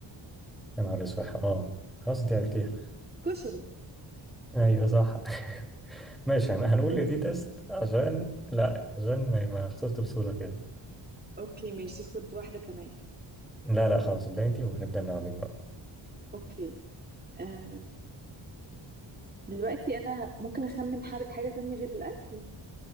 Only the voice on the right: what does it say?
كشري
دوري
أوكي ماشي خد واحدة كمان
أوكي آه، دلوقتي أنا ه- ممكن أخمن حاجة حاجة تانية غير الأكل